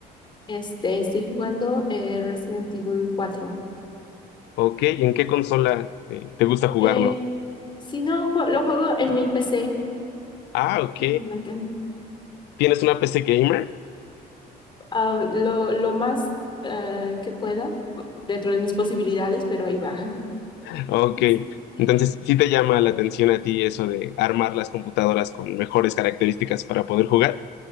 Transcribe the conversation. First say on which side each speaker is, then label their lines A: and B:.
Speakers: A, on the left (about 30°); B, on the left (about 85°).
A: Este, estoy jugando eh, Resident Evil cuatro.
B: Ok, ¿y en qué consola eh, te gusta jugarlo?
A: Eh, si no, jue- lo juego en mi PC,
B: Ah, ok.
A: en mi Nintendo.
B: ¿Tienes una PC gamer?
A: Ah, lo, lo más eh, que pueda dentro de mis posibilidades, pero ahí va.
B: <laughs> Ok.
A: <laughs> Sí.
B: Entonces, ¿sí te llama la atención a ti eso de armar las computadoras con mejores características para poder jugar?